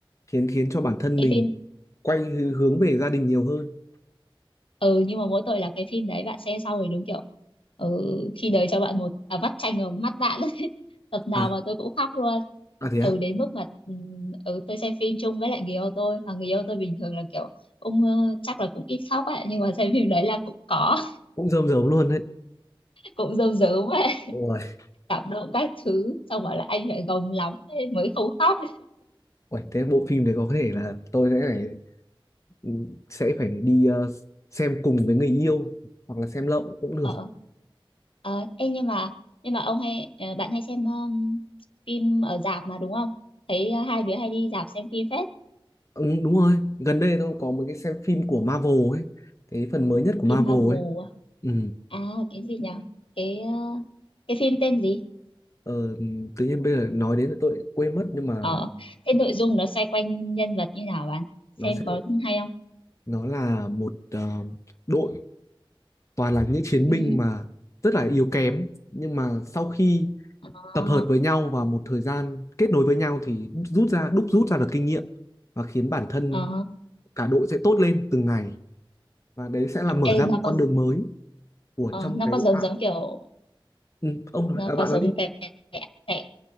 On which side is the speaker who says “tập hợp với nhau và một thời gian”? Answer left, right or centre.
Left